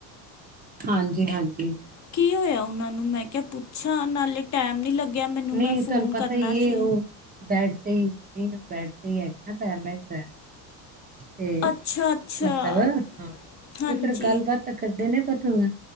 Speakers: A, on the right; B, on the left.
A: ਹਾਂਜੀ-ਹਾਂਜੀ
B: ਕੀ ਹੋਇਆ ਉਹਨਾਂ ਨੂੰ, ਮੈਂ ਕਿਹਾ ਪੁੱਛਾਂ ਨਾਲੇ ਟੈਮ ਨੀ ਲੱਗਿਆ ਮੈਨੂੰ
A: ਨਹੀਂ
B: ਮੈਂ ਫੋਨ
A: ਤੁਹਾਨੂੰ ਪਤਾ
B: ਕਰਨਾ
A: ਹੀ
B: ਸੀ।
A: ਹੈ, ਉਹ ਬੈਡ ਤੇ ਹੀ ਨੀ ਉਹ ਬੈਡ ਤੇ ਹੀ ਹੈਗੇ ਨਾ ਪੈਰਲਾਇਸ <unintelligible> ਹੂੰ ਤੇ
B: ਅੱਛਾ ਅੱਛਾ
A: ਮਤਲਬ ਹਾਂ
B: ਹਾਂਜੀ
A: ਤੇ ਫੇਰ ਗੱਲ-ਗਲ ਤਾਂ ਕਰਦੇ ਨੇ ਪਰ ਤ